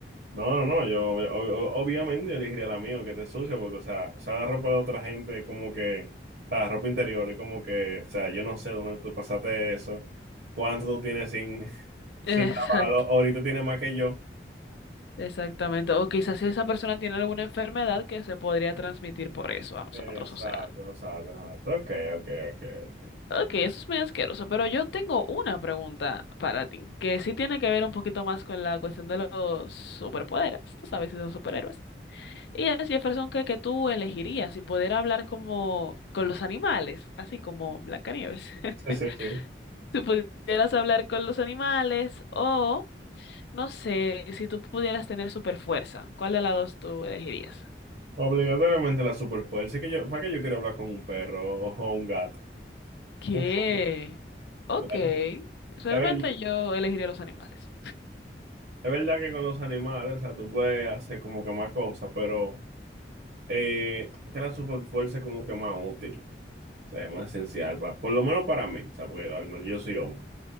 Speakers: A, on the right; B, on the left.
A: No, no, no, yo ob- ob- obviamente yo elegiría la mía, que te sucia, porque, o sea, o sea, la ropa de otra gente, como que, o sea, la ropa interior, es como que, o sea, yo no sé dónde tú pasaste eso, cuánto tú tienes sin, <laughs> sin
B: Exacto,
A: lavarlo, ahorita tienes más que yo.
B: exactamente. O quizás si esa persona tiene alguna enfermedad que se podría transmitir por eso a nosotros.
A: Exacto,
B: O sea,
A: exacto, exacto, ok, ok, ok, ok.
B: ok, eso es muy asqueroso, pero yo tengo una pregunta para ti, que sí tiene que ver un poquito más con la cuestión de los superpoderes, tú sabes, y los superhéroes. Y es Jefferson que, que tú elegirías si poder hablar como con los animales, así como Blancanieves. <laughs>
A: Sí, sí, sí.
B: Si pudieras hablar con los animales o... No sé, si tú pudieras tener super fuerza, ¿cuál de las dos tú elegirías?
A: Obligatoriamente la superfuerza, es que yo, ¿para qué yo quiero hablar con un perro o, o un gato?
B: ¿Qué?
A: <laughs>
B: Ok,
A: Claro.
B: realmente
A: Es, ver-
B: yo elegiría los animales.
A: es verdad que con los animales, o sea, tú puedes hacer como que más cosas, pero... Eh, Transform Force es como que más útil, o sea, es más esencial, pa- por lo menos para mí, o sea, porque al menos yo soy hombre.